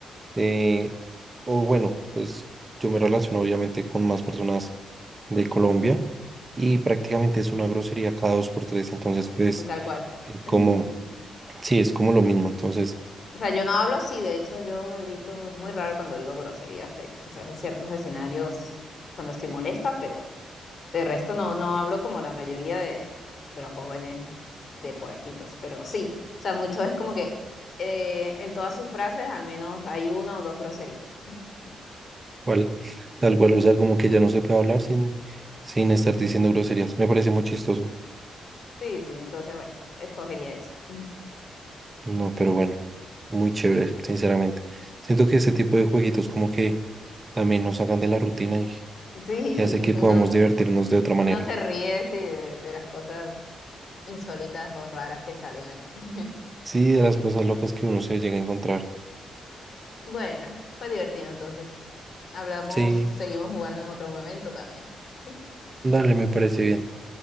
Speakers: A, on the right; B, on the left.
A: eh, o bueno, pues yo me relaciono obviamente con más personas de Colombia y prácticamente es una grosería cada dos por tres, entonces pues
B: tal cual.
A: es
B: <laughs>
A: como, sí, es como lo mismo, entonces
B: O sea, yo no hablo así, de hecho yo evito, es muy raro cuando digo groserías, eh, quizás en ciertos escenarios cuando estoy molesta, pero de resto no, no hablo como la mayoría de, de los jóvenes de por aquí, pues, pero sí, o sea, mucho es como que eh, en todas sus frases al menos hay una o dos groserías. <laughs>
A: cual, tal cual, o sea, como que ya no se puede hablar sin, sin estar diciendo groserías. Me parece muy chistoso.
B: Sí, sí, entonces bueno, escogería eso. <laughs>
A: No, pero bueno, muy chévere, sinceramente. Siento que este tipo de jueguitos como que también nos sacan de la rutina y,
B: Sí,
A: y hace que
B: uno,
A: podamos divertirnos de otra manera.
B: uno se ríe, sí, de, de las cosas insólitas o raras que salen allí. <laughs>
A: Sí, de las cosas locas que uno se llega a encontrar.
B: Bueno, fue divertido entonces. Hablamos,
A: Sí,
B: seguimos jugando en otro momento también. ¿sí?
A: dale, me parece bien.